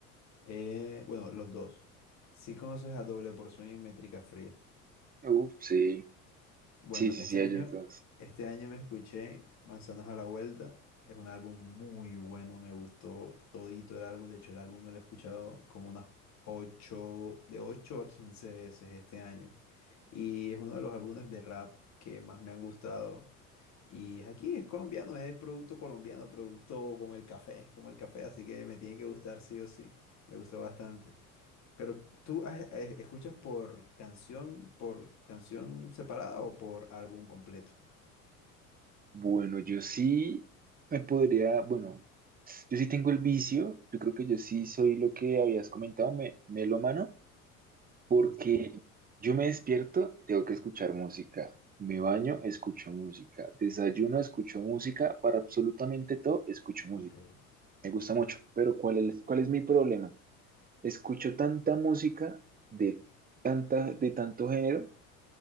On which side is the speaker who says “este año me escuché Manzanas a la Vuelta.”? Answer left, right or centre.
Left